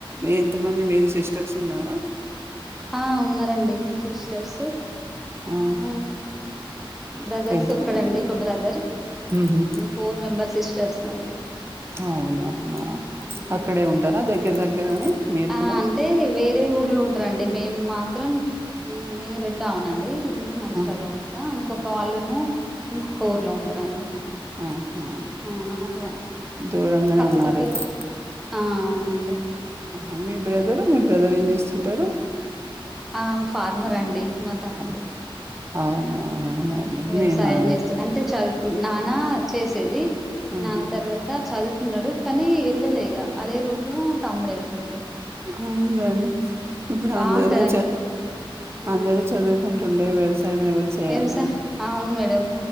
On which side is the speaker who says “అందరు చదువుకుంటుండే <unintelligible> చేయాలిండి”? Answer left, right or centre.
Right